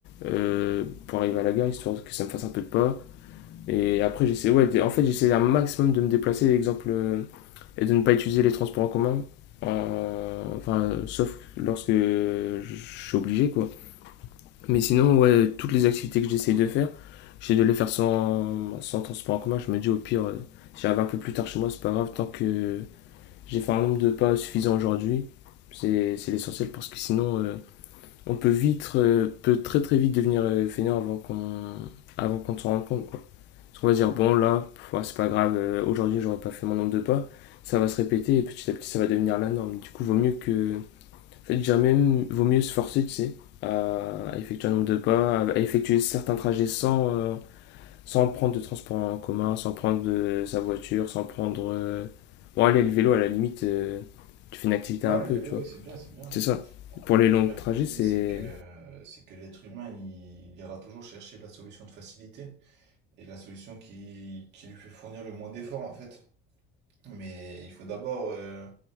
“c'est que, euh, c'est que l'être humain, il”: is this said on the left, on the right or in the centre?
Right